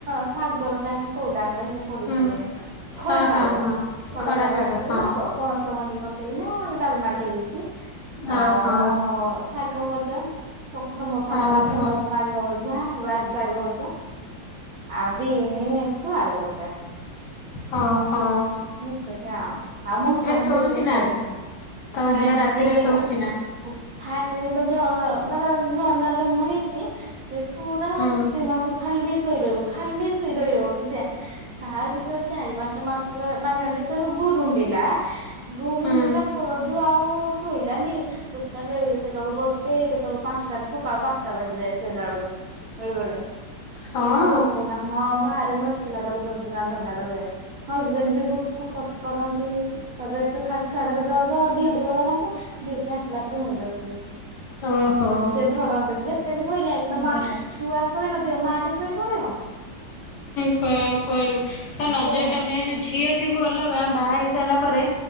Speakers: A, on the right (about 60°); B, on the left (about 70°).
A: ସାଗର ଡାଙ୍ଗ କୋଉ ଡାଙ୍ଗ ହେଇଟି ପଡୁଛି
B: ହୁଁ
A: ହେଁ ଖଡା
B: ହଁ
A: ଶାଗ।
B: ହଁ ହଁ
A: ଖଡ
B: ଖଡା
A: ଶାଗ ପକେଇ
B: ହଁ।
A: ପଣସ ମଞ୍ଜି ପକେଇକି ନା ଡାଲମାଟି ହେଇଛି। ଆଉ
B: ଓହୋ
A: ଶାଗ ଭଜା। <inaudible> ସମସ୍ତଙ୍କ ଘରେ
B: ଓହୋ
A: ଫେମସ ସାଗ ଭଜା ବାଗ ଭଜା। ଆଉ ବିନ କୁ ଆଳୁ ଭଜା।
B: ହୋ ହୋ।
A: ନିା ଆଉ ମୁଣ୍ଠାମଣ୍ଠି
B: ଶୋଉଛି
A: ଯିଏ
B: ନା?
A: ଖାଇବେନି
B: ତୋ
A: ରାତିରେ
B: ଝିଅ
A: <unintelligible>
B: ଶୋଉଛି ନା?
A: ଫାଷ୍ଟ ଯଦି ତ ଯବ ନୂଆ ନୂଆ ଜନ୍ମ ହେଇଛି ସେ ପୁରା ଆ
B: ହୁଁ
A: କେତେ ମାସ ଖାଲି ଶୋଇ ରିହିବ। ଖାଲି ଶୋଇ ରହିବ କିଛି ତା ଯେ ତ ଚାରି ପାଞ୍ଚ ମାସ ମାନେ ଯେତେ ରୋଗ ରୁଣ୍ଡିଲା ଗୋରୁଣ୍ଡିଲା
B: ହୁଁ
A: ପରଠୁ ଆଉ ଶୋଇଲାନି ଟୋଟାଲ କେତେବେଳକୁ ଟ କେତେବେଳେକୁ ପାଞ୍ଚଟା ନା ସକାଳ ପାଞ୍ଚଟା ବାଜି ଯାଏ ଶୋଇଲା ବେଳକୁ ବେଳୁ ବେଳୁ
B: ହଁ
A: ବହୁ ହଁ ବାହାରେ ବସିଥିଲା ତାକୁ ଜଗିକିନ ଧରିକିନା ରୂହେ। ହଜବେଣ୍ଡ ବି ବହୁତ ସପୋର୍ଟ କରନ୍ତି କହିବେ ତୁ ଖାଲି ଛୁଆଟାକୁ ଯଗ ଡିଉଟି ଗଲା ତାଙ୍କୁ ଡ଼ିଉଟି ଆସିଲା ପରେ ମୁଁ ଯବ ସେ
B: ଓହୋ
A: ଧରନ୍ତି ଯେତେ ବି ଧରଲେ ଏକଦ ମା
B: ଭଲ।
A: ଛୁଆ ଶୋଇ ନଥିବ ମା ଟେ ଶୋଇପଡିବ
B: ହୁଁ କୁଆଡୁ ତ ନଜର
A: ଦେ
B: ଟା ମେ ଝିଅ ଥିବ ଅଲଗା ବାହା ହେଇ ସାରିଲା ପରେ